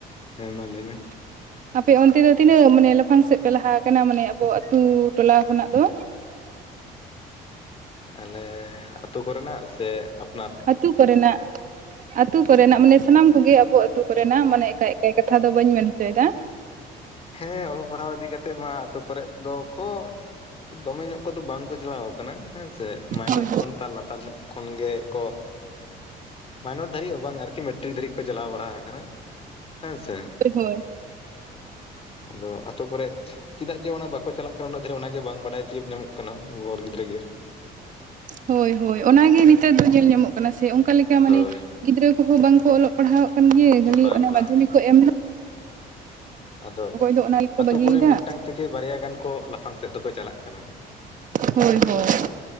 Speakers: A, on the left; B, on the right.
A: ᱦᱮᱸ ᱢᱟ ᱞᱟᱹᱭ ᱢᱮ᱾
B: <inaudible> ᱟᱯᱮ ᱚᱱᱛᱮ ᱫᱚ ᱛᱤᱱᱟᱹᱜ ᱢᱟᱱᱮ ᱞᱟᱯᱷᱟᱝ ᱥᱮᱫ ᱯᱮ ᱞᱟᱦᱟ ᱟᱠᱟᱱᱟ ᱢᱟᱱᱮ ᱟᱵᱚ ᱟᱛᱩ ᱴᱚᱞᱟ ᱠᱷᱚᱱᱟᱜ ᱫᱚ?
A: ᱟᱞᱮ ᱟᱹᱛᱳ ᱠᱚᱨᱮᱱᱟᱜ ᱥᱮ ᱟᱯ
B: ᱟᱛᱩ ᱠᱚᱨᱮᱱᱟᱜ, ᱟᱛᱩ ᱠᱚᱨᱮᱱᱟᱜ ᱢᱟᱱᱮ ᱥᱟᱱᱟᱢ ᱠᱚᱜᱮ ᱟᱵᱚ ᱟᱛᱩ ᱠᱚᱨᱮᱱᱟᱜ ᱢᱟᱱᱮ ᱮᱠᱟᱭ ᱮᱠᱟᱭ ᱠᱟ ᱠᱟᱛᱷᱟ ᱫᱚ ᱵᱟᱹᱧ ᱢᱮᱱ ᱦᱚᱪᱚᱭ ᱫᱟ᱾
A: ᱦᱮᱸ ᱚᱞᱚᱜ ᱯᱟᱲᱦᱟᱣ ᱤᱫᱤ ᱠᱟᱛᱮᱜ ᱢᱟ ᱟᱛᱳ ᱠᱚᱨᱮᱫ ᱫᱚᱠᱚ ᱫᱚᱢᱮ ᱧᱚᱜ ᱠᱚᱫᱚ ᱵᱟᱝ ᱠᱚ ᱪᱟᱞᱟᱣ ᱠᱟᱱᱟ ᱦᱮᱸ ᱥᱮ ᱢᱟᱭᱱᱚᱨ
B: ᱦᱳᱭ
A: ᱠᱷᱚᱱ ᱛᱟᱨ ᱞᱟᱛᱟᱨ ᱧᱚᱜ ᱠᱷᱚᱱ ᱜᱮᱠᱚ ᱢᱟᱭᱱᱚᱨ ᱫᱷᱟᱹᱨᱤᱡ ᱦᱚᱸ ᱵᱟᱝ ᱟᱨᱠᱤ ᱢᱮᱴᱨᱤᱠ ᱫᱷᱟᱹᱨᱤᱡ ᱠᱚ ᱪᱟᱞᱟᱣ ᱵᱟᱲᱟ ᱟᱠᱟᱱᱟ ᱦᱮᱸᱥᱮ᱾
B: ᱦᱳᱭ ᱦᱳᱭ᱾
A: ᱟᱫᱚ ᱟ ᱟᱹᱛᱳ ᱠᱚᱨᱮᱫ ᱪᱮᱫᱟᱜ ᱡᱮ ᱚᱱᱟ ᱵᱟᱠᱚ ᱪᱟᱞᱟᱜ ᱠᱟᱱᱟ ᱩᱱᱟᱹᱜ ᱫᱷᱟᱨᱤᱡ ᱚᱱᱟ ᱜᱮ ᱵᱟᱝ ᱵᱟᱰᱟᱭ ᱛᱤᱭᱳᱜ ᱧᱟᱢᱚᱜ ᱠᱟᱱᱟ ᱜᱚᱲ ᱜᱤᱫᱽᱨᱟᱹ ᱜᱮ᱾
B: ᱦᱳᱭ, ᱦᱳᱭ ᱚᱱᱟ ᱜᱮ
A: ᱦᱮᱸ
B: ᱱᱮᱛᱟᱨ
A: ᱥᱮ
B: ᱫᱚ ᱧᱮᱞ ᱧᱟᱢᱚᱜ ᱠᱟᱱᱟ᱾ᱥᱮ ᱚᱱᱠᱟᱞ ᱞᱮᱠᱟ ᱢᱟᱱᱮ
A: ᱦᱳᱭ
B: ᱜᱤᱫᱽᱨᱟᱹ ᱠᱚᱦᱚᱸ ᱵᱟᱝᱵᱠᱚ ᱚᱞᱚᱜ ᱯᱟᱲᱦᱟᱣ ᱚᱜ ᱠᱟᱱ ᱜᱮ ᱠᱷᱟᱹᱞᱤ
A: ᱵᱟᱝ
B: ᱚᱱᱟ
A: ᱵᱟᱝ
B: ᱢᱟᱫᱽᱫᱷᱚᱢᱤᱠ ᱠᱚ ᱮᱢ ᱫᱟ᱾
A: ᱟᱫᱚ ᱟ
B: ᱫᱚ ᱚᱱᱟ ᱜᱮᱠᱚ
A: ᱟᱹᱛᱳ
B: ᱵᱟᱹᱜᱤᱭᱮᱫᱟ
A: ᱠᱚᱨᱮ ᱢᱤᱫᱴᱟᱝ ᱛᱷᱮᱠᱮ ᱵᱟᱨᱭᱟ ᱜᱟᱱ ᱠᱚ ᱞᱟᱯᱷᱟᱝ ᱥᱮᱫ ᱫᱚᱠᱚ ᱪᱟᱞᱟᱜ ᱠᱟᱱᱟ᱾
B: ᱦᱳᱭ, ᱦᱳᱭ